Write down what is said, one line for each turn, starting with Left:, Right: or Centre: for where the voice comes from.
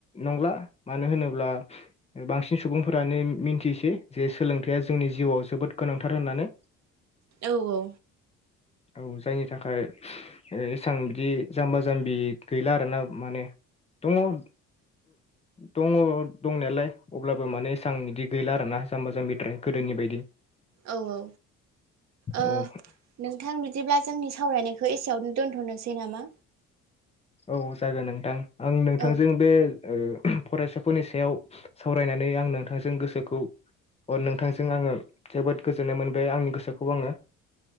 Left: नंला मानो होनोब्ला बांसिन सुबुंफोरानो मिन्थिसै जे सोलोंथाइया जोंनि जिउआव जोबोद गोनांथार होननानै।
Right: औ-औ।
Left: औ जायनि थाखाय एसां बिदि जाम्बा-जाम्बि गैला आरोना माने दङ' ओ दङ' दंनायालाय अब्लाबो माने एसां बिदि गैला आरोना जाम्बा-जाम्बिद्राय गोदो नि बायदि।
Right: औ-औ ओ
Left: औ
Right: नोंथां बि दिब्ला जोंनि सावरायनायखौ एसेयावनो दोन्थ'नोसै नामा?
Left: औ जागोन नोंथां आं नोंथांजों
Right: औ
Left: बे ओ फरायसाफोरनि सायाव सावरायनानै आं नोंथांजों गोसोखौ अ नोंथांजों आंङो जोबोद गोजोननाय मोनबाय आंनि गोसोखौ आंङो।